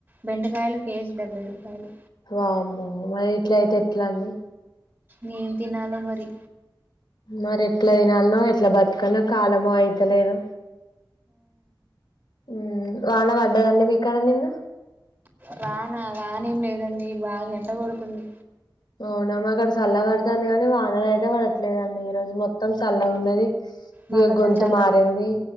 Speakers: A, on the right; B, on the left.
A: బెండకాయలు కేజీ డెబ్బై రూపాయలు.
B: వామ్మో మరి ఇట్ల అయితే ఎట్లా అండి?
A: నేం తినలో మరి
B: మరి ఎట్లా వినాలనో, ఎట్లా బతుకనో కాలమో అయితలేదు. మ్ వాన పడ్డదండి మీ కడ నిన్న?
A: వానా వానే ఏం లేదండి బాగా ఎండగొడుతుంది.
B: అవునామ్మా అక్కడ చల్ల పడుతుంది కానీ వాన అయితే పడట్లేదండి ఈ రోజు మొత్తం చల్ల ఉన్నది.
A: మాకు
B: ఇగ
A: అసలు
B: గొంతు
A: చల్లగా
B: మారింది.